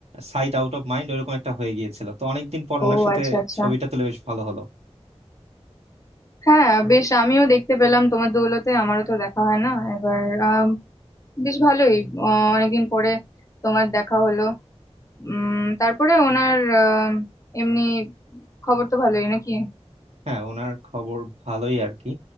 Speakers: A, on the right (about 70°); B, on the left (about 30°).
A: sight out of mind ওইরকম একটা হয়ে গিয়েছিল তো অনেকদিন পর ওনার
B: ও
A: সাথে
B: আচ্ছা আচ্ছা
A: ছবিটা তুলে বেশ ভালো হলো
B: হ্যাঁ বেশ আমিও দেখতে পেলাম তোমার দৌলতে আমারও তো দেখা হয় না এবার আম, বেশ ভালোই আহ, অনেকদিন পরে তোমার দেখা হলো উম তারপরে ওনার আহ, এমনি খবর তো ভালোই নাকি
A: হ্যাঁ ওনার খবর ভালোই আর কি